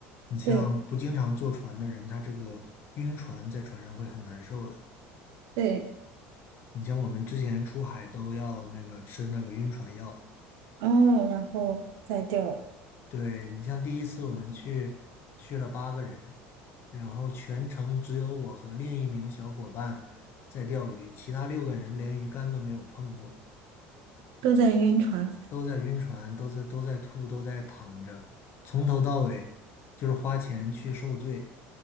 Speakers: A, on the left; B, on the right.
A: 你像不经常坐船的人，
B: 对
A: 他这个晕船在船上会很难受的。
B: 对，
A: 你像我们之前出海都要那个吃那个晕船药，
B: 哦，然后再钓，
A: 对，你像第一次我们去去了八个人，然后全程只有我和另一名小伙伴在钓鱼，其他六个人连鱼竿都没有碰过。
B: 都在晕船。
A: 都在晕船，都在都在吐，都在躺着，从头到尾就是花钱去受罪。